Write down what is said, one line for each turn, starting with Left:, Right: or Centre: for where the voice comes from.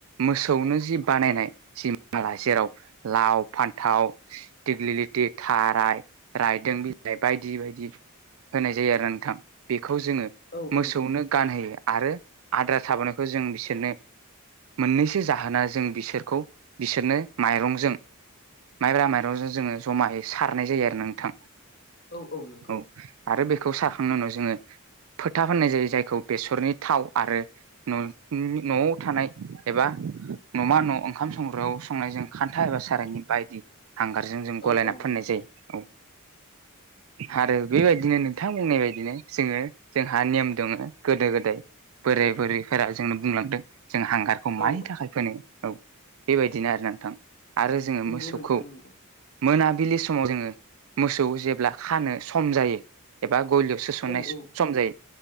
Right: मोसौनो जि बानायनाय जि माला जेराव। लाव फान्थाव दिेग्लिलिथि थाराय रायदों बिलाइ बायदि बायदि। दि होनाय जायो आरो नोंथां बेखौ जोङो
Left: औ औ
Right: मोसौनो गानहोयो। आरो आद्रा थाबोनायखौ जों बिसोरनो। मोननैसो जाहोना जों बिसोरखौ बिसोरनो। माइरंजों माइब्रा माइरंजों जोङो जमायै सारनाय जायो आरोना नोंथां।
Left: औ नंगौ
Right: औ आरो बेखौ सारखांनानै उनाव जोङो। फोथा फोनाय जायो जायखौ बेसरनि थाव आरो न' न'आव थानाय एबा। न'मा न' ओंखाम संग्रोआव संनायजों। खान्था एबा सारायनि बायदि हांगारजों जों
Left: औ
Right: गलायना
Left: औ
Right: फोननाय
Left: नंगौ
Right: जायो औ।
Left: <inaudible>
Right: आरो बेबायदिनो नोंथां बुंनाय बायदिनो जोङो जोंहा नेम दङ गोदो गोदाय। बोरै बोरैफोरा जोंनो बुंलांदों। जों हांगारखौ
Left: औ
Right: मानि थाखाय फोनो औ बेबायदिनो आरोना नोंथां। आरो जोङो
Left: नंगौ
Right: मोसौखौ।
Left: नोंथां नंगौ
Right: मोनाबिलि समाव जोङो मोसौ जेब्ला खानो सम जायो एबा बा गलियावसो सननाय
Left: औ औ
Right: सम जायो